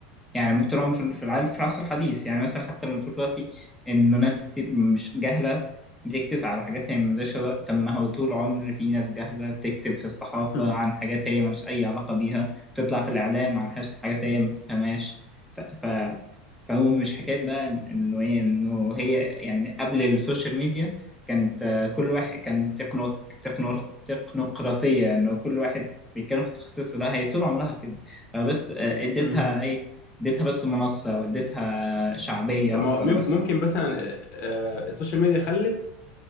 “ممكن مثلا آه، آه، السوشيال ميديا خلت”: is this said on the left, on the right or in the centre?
Left